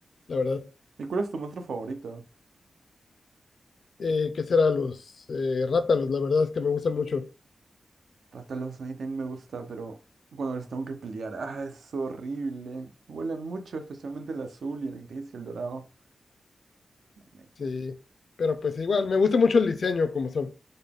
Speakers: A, on the left; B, on the right.
A: la verdad.
B: ¿Y cuál es tu monstruo favorito?
A: Eh, ¿qué será? Los eh, rátalos, la verdad es que me gustan mucho.
B: Rátalos, a mí también me gusta, pero cuando les tengo que pelear, ah, es horrible. Vuelan mucho, especialmente el azul y el gris y el dorado. La neta.
A: Sí, pero pues igual, me gusta mucho el diseño como son.